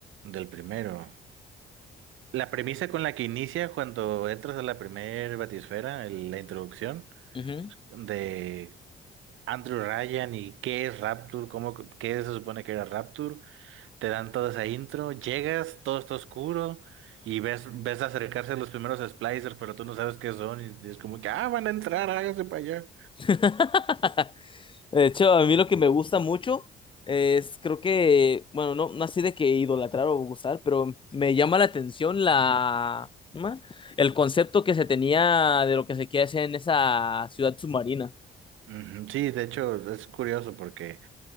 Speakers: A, on the right; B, on the left.
A: Del primero. La premisa con la que inicia cuando entras a la primer batisfera, el- la introducción
B: Ujú.
A: de Andrew Ryan y qué es Rapture, cómo, qué se supone que era Rapture Te dan toda esa intro, llegas, todo está oscuro y ves, ves acercarse los primeros splicers, pero tú no sabes qué son y es como que, ah, van a entrar, hágase para allá.
B: <laughs> De hecho, a mí lo que me gusta mucho es, creo que, bueno, no, no así de que idolatrar o gustar, pero me llama la atención la, ¿cómo se llama? el concepto que se tenía de lo que se quiere hacer en esa ciudad submarina.
A: Ujú, Sí, de hecho es curioso porque